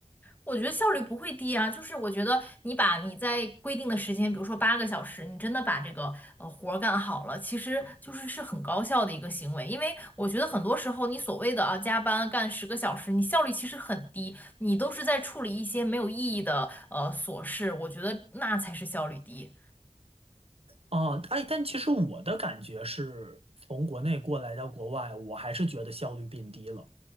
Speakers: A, on the left; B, on the right.
A: 我觉得效率不会低啊，就是我觉得你把你在规定的时间，比如说八个小时，你真的把这个呃活儿干好了，其实就是是很高效的一个行为。因为我觉得很多时候你所谓的啊加班干十个小时，你效率其实很低，你都是在处理一些没有意义的呃琐事，我觉得那才是效率低。
B: 哦，哎，但其实我的感觉是，从国内过来到国外，我还是觉得效率变低了。